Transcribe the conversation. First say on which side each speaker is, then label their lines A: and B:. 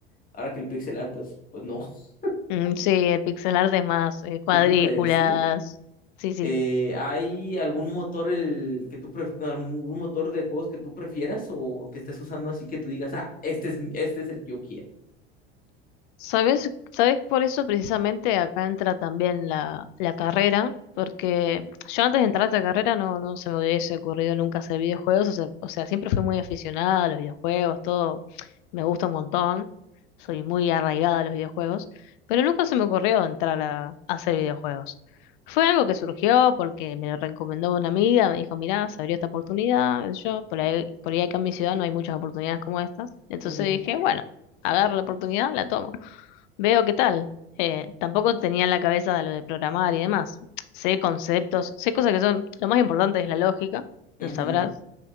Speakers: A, on the left; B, on the left.
A: Ahora que el pixelar, pues, pues no. <laughs>
B: Mm, Sí, el pixel art es más eh, cuadrículas.
A: ¿Qué te iba a decir?
B: Sí, sí.
A: Eh, ¿hay algún motor el que tú pref- algún motor de juegos que tú prefieras o que estés usando así que tú digas, ah, este es este es el que yo quiero?
B: ¿Sabes? ¿Sabes? Por eso precisamente acá entra también la, la carrera, porque yo antes de entrar a esta carrera no, no se me hubiese ocurrido nunca hacer videojuegos, o sea, o sea, siempre fui muy aficionada a los videojuegos, todo me gusta un montón, soy muy arraigada a los videojuegos, pero nunca se me ocurrió entrar a, a hacer videojuegos. Fue algo que surgió porque me lo recomendó una amiga, me dijo, mirá, se abrió esta oportunidad, qué sé yo por ahí, por ahí acá en mi ciudad no hay muchas oportunidades como estas, entonces
A: Ujú,
B: dije, bueno, agarro la oportunidad, la tomo. Veo qué tal. Eh, tampoco tenía en la cabeza lo de programar y demás. Sé conceptos, sé cosas que son... Lo más importante es la lógica,
A: ujú.
B: lo sabrás.